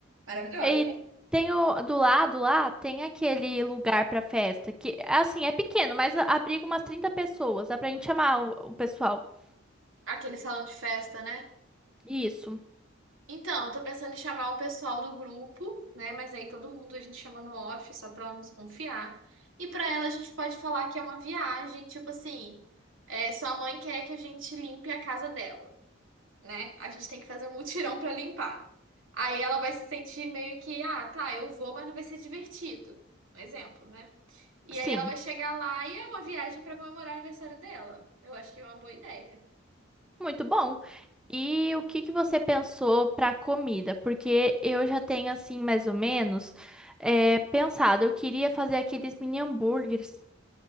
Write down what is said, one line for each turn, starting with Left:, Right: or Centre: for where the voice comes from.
Right: maravilhosa.
Centre: E tem o, do lado lá, tem aquele lugar pra festa, que assim, é pequeno, mas abriga umas 30 pessoas. Dá pra gente chamar o o pessoal.
Right: Aquele salão de festa, né?
Centre: Isso.
Right: Então, eu tô pensando em chamar o pessoal do grupo, né? Mas aí todo mundo a gente chama no off, só pra ela nos confiar. E pra ela a gente pode falar que é uma viagem, tipo assim, é, sua mãe quer que a gente limpe a casa dela, né? A gente tem que fazer um mutirão pra limpar. Aí ela vai se sentir meio que, ah, tá, eu vou, mas não vai ser divertido. Um exemplo, né? E
Centre: Sim,
Right: aí ela vai chegar lá e é uma viagem pra comemorar o aniversário dela. Eu acho que é uma boa ideia.
Centre: muito bom. E o que que você pensou para comida? Porque eu já tenho assim mais ou menos é, pensado. Eu queria fazer aqueles mini hambúrgueres.